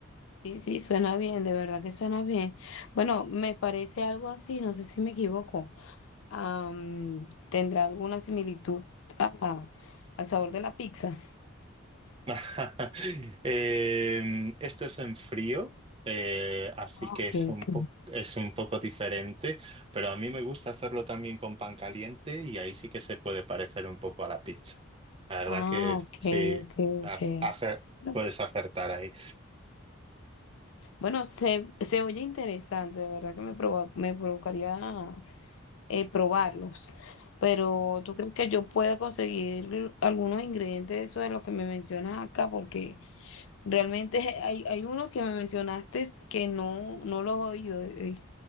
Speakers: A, on the left; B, on the right.
A: Sí, sí, suena bien, de verdad que suena bien. Bueno, me parece algo así, no sé si me equivoco. am, ¿tendrá alguna similitud a- al sabor de la pizza?
B: <laughs> Em, esto es en frío, eh, así
A: Ah,
B: que
A: ok,
B: es un
A: ok.
B: po- es un poco diferente, pero a mí me gusta hacerlo también con pan caliente y ahí sí que se puede parecer un poco a la pizza. La verdad
A: Ah,
B: que
A: ok,
B: sí,
A: ok,
B: ha-
A: ok.
B: hace-
A: No.
B: puedes acertar ahí.
A: Bueno, se, se oye interesante, de verdad que me, provo- me provocaría eh, probarlos, pero ¿tú crees que yo pueda conseguir algunos ingredientes de eso de lo que me mencionas acá? Porque realmente <laughs> hay, hay unos que me mencionaste que no, no los he oído. eh,